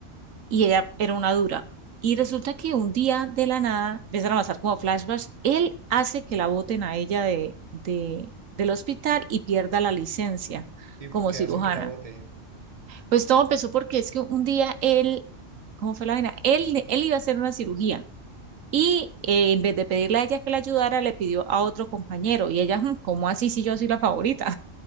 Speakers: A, on the right; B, on the right.
A: y ella era una dura. Y resulta que un día de la nada, empiezan a pasar como flashbacks, él hace que la boten a ella de, de, del hospital y pierda la licencia
B: ¿Y
A: como
B: por qué
A: cirujana.
B: hacen que la voten?
A: Pues todo empezó porque es que un día él, ¿cómo fue la vaina? Él, él iba a hacer una cirugía. Y eh, en vez de pedirle a ella que la ayudara, le pidió a otro compañero. Y ella, "Mm, ¿cómo así si yo soy la favorita?